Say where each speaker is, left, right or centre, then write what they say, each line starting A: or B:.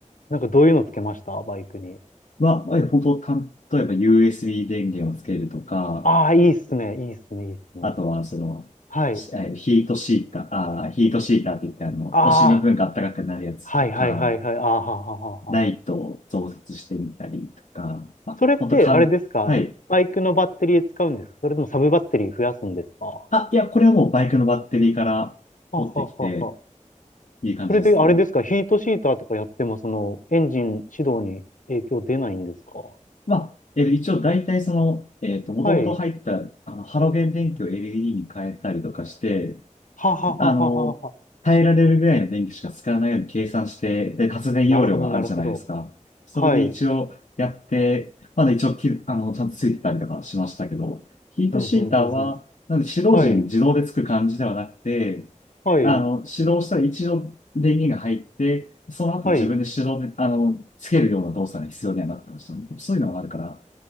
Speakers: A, on the left (about 85°); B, on the left (about 70°).
A: なんかどういうのつけましたバイクに。
B: は、まあ、本当、たん例えば USB 電源をつけるとか、
A: ああ、いいっすね。いいっすね。いいっすね。
B: あとは、その、
A: はい。
B: しえーヒートシーター、あー、ヒートシーターって言って、あの、
A: ああ、
B: お尻の部分が暖かくなるやつとか、
A: はいはいはいはい。ああ、はははあはあ。
B: ライトを増設してみたりとか、まあ、
A: それって、
B: 本当かん、
A: あれですかバイクのバッテリー使うんですかそれともサブバッテリー増やすんですかは
B: はい。あ、いや、これはもうバイクのバッテリーから取ってきて、
A: あはあはあはあ。
B: いい感じですね。
A: それで、あれですかヒートシーターとかやっても、その、エンジン始動に影響出ないんですか
B: まあ、えー一応大体その、えっと、もともと入った、
A: はい。
B: あの、ハロゲン電気を LED に変えたりとかして、
A: はははあはあはあはあ。
B: あの、耐えられるぐらいの電気しか使わないように計算して、で、発電容量があるじゃないですか。
A: なるほど、なるほど。
B: それで一応やって、
A: はい。
B: まだ一応き、あの、ちゃんとついてたりとかしましたけど、ヒートシーターは、
A: うん、うん、うん、うん。
B: なんで指導時に自動でつく感じではなくて、
A: はい。はい。
B: あの、始動したら一度電源が入って、その後自分で手動で、
A: はい。
B: あの、つけるような動作が必要にはなってましたね。そういうのがあるから、